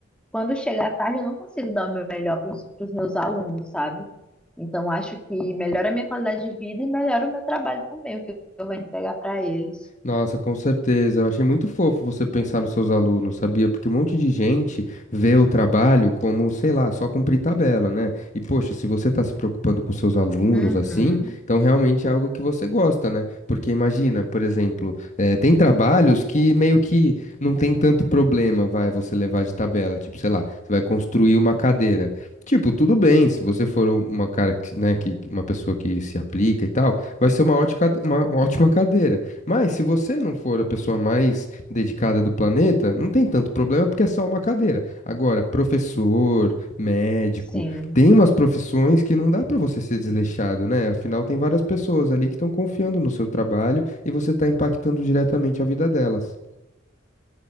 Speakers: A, in the centre; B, on the left (about 40°).
A: quando chega à tarde, eu não consigo dar o meu melhor para os meus alunos, sabe? Então, acho que melhora a minha qualidade de vida e melhora o meu trabalho também, o que eu vou entregar para eles.
B: Nossa, com certeza. Eu achei muito fofo você pensar nos seus alunos, sabia? Porque um monte de gente vê o trabalho como, sei lá, só cumprir tabela, né? E, poxa, se você tá se preocupando com seus alunos
A: Uhum,
B: assim, então realmente é algo que você gosta, né? Porque imagina, por exemplo, eh, tem trabalhos que meio que não tem tanto problema, vai, você levar de tabela. Tipo, sei lá, você vai construir uma cadeira. Tipo, tudo bem, se você for um- uma cara, que, né, que uma pessoa que se aplica e tal, vai ser uma ótima, uma ótima cadeira. Mas se você não for a pessoa mais dedicada do planeta, não tem tanto problema porque é só uma cadeira. Agora, professor, médico,
A: sim,
B: tem umas profissões que não dá pra você ser desleixado, né? Afinal, tem várias pessoas ali que estão confiando no seu trabalho e você tá impactando diretamente a vida delas.